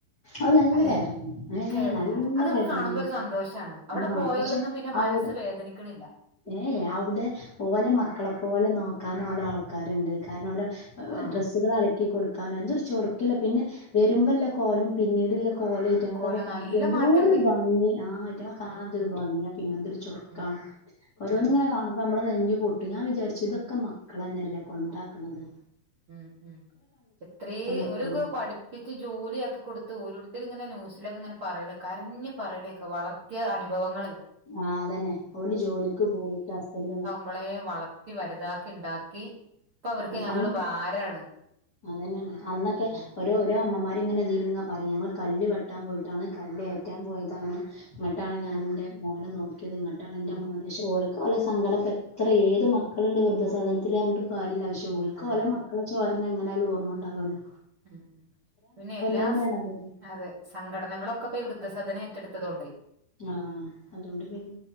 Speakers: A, on the left; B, on the right.
A: അവ നല്ല
B: അല്ലെ
A: കയറിങ് ഏ
B: കയറിങ്ങാണ്
A: നല്ല
B: അത് നമ്മുക്ക്
A: കയറിങ്ണ്ട്
B: കാണുമ്പോ ഒരു സന്തോഷാണ് അവിടെ
A: ആഹ്
B: പോയലൊന്നും
A: പക്ഷെ
B: പിന്നെ മനസ്‌
A: അവിടെ
B: വേദനിക്ക്‌ണില്ല.
A: ഏ അവിടെ ഓലെ മക്കളെ ഓലെ നോക്കാനും ഓലെ ആൾക്കാരുണ്ട് കാരണം ഓലെ
B: ആ
A: ഡ്രസ്സുകള് അല ക്കി കൊടുക്കാന് എന്തൊരു ചൊറുക്കില്ല പിന്നെ വരുമ്പയുള്ള കോലം പിന്നീടുള്ള കോലും ഐറ്റങ്ങളതൊക്കെ
B: കോലം
A: കണ്ടിട്ട്
B: നല്ല
A: എന്തോരു
B: മാറ്റണ്ടേ
A: ഭംഗി ആഹ് ഐറ്റങ്ങളെ കാണാൻ
B: ഉം
A: എന്തൊരു
B: ഉം
A: ഭംഗിയാ പിന്നെ എന്തൊരു ചൊറുക്കാണ്.
B: ഉം ഉം
A: ഓരോന്ന്
B: അതന്നെ
A: ഇങ്ങന്നെ കാണും മ്പം നമ്മളെ നെഞ്ചു പൊട്ടും ഞാൻ വിചാരിച്ചു ഇതൊക്കെ മക്കളന്നെയല്ലേ കൊണ്ടാക്ക്‌ണത്.
B: ഉം ഉം എത്രയും
A: മക്കളാണ്
B: ഓലുവൊക്കെ പഠി പഠിപ്പിച്ച് ജോലിയാക്കി കൊടുത്ത് ഓരോരുത്തർ ഇങ്ങനെ ന്യൂസിലൊക്കെ ഇങ്ങനെ പറയണ കരഞ്ഞ് പറയണക്കെ വളർ ത്തിയ അനുഭവങ്ങള്
A: ആഹ് അതത് തന്നെ ഓല് ജോലിക്ക് പോയിട്ട് ഹസ്ബൻഡ്
B: മക്കളെ വളർത്തി വലുതാക്കി ഇണ്ടാക്കി ഇപ്പ അവർക്ക് ഞങ്ങള്
A: അന്നൊക്കെ
B: ഭാരാണ്.
A: അതന്നെയാണ് അന്നൊക്കെ
B: ഉം
A: ഓരോ ഓരോ അമ്മമാര് ഇങ്ങനെ ഇതിലങ്ങനെ പറയും ഞങ്ങള് കല്ല് വെട്ടാൻ പോയിട്ടാണ് കല്ല് ഏറ്റാൻ പോയതാണ്. ഇങ്ങട്ടാണ് ഞാൻ
B: ആഹ്
A: എന്റെ മോനെ നോക്കിയത് ഇങ്ങട്ടാണ് എന്റെ
B: ഓക്കെ
A: മോന് ശോ ഓ ഇതുപോലെ സങ്കടപെട്ട് എത്ര ഏത് മക്കളുണ്ട് വൃദ്ധ സദനത്തില് പറഞ്ഞിട്ടും കാര്യല്ല പക്ഷേ ഓല്ക്ക്
B: അതെ
A: ഓലെ
B: അതെ
A: മക്ക ളെ ചോരനെ എങ്ങനായാലും ഓർമ്മ ഉണ്ടാവുല്ലോ.
B: ഉം പിന്നെ എല്ലാ
A: തന്നെയാണത്
B: അതെ. സംഘടനകളൊക്കെ ഇപ്പോ ഈ വൃദ്ധസദനം ഏറ്റടുത്തതൊണ്ടേ
A: ആഹ് അതോണ്ട് പിന്നെ